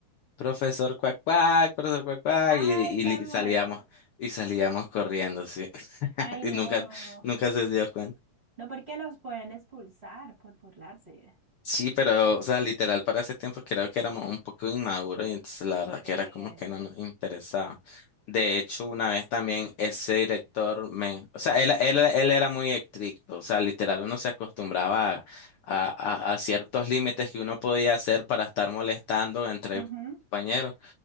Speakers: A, on the left (about 80°); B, on the right (about 30°).
A: profesor cuac cuac, profesor cuac cuac,
B: Ay,
A: y, y
B: tan
A: li- salíamos,
B: malo.
A: y salíamos corriendo, sí. <laughs>
B: Ay,
A: Y
B: no.
A: nunca, nunca se dio cuenta.
B: No porque los pueden expulsar por burlarse.
A: Sí, pero, o sea, literal, para ese tiempo creo que éramos un poco inmaduros y entonces la verdad
B: Sí.
A: que era como que no nos interesaba. De hecho, una vez también ese director me, o sea, él, él, él era muy estricto, o sea, literal, uno se acostumbraba a, a, a- a ciertos límites que uno podía hacer para estar molestando entre
B: Ujú,
A: compañeros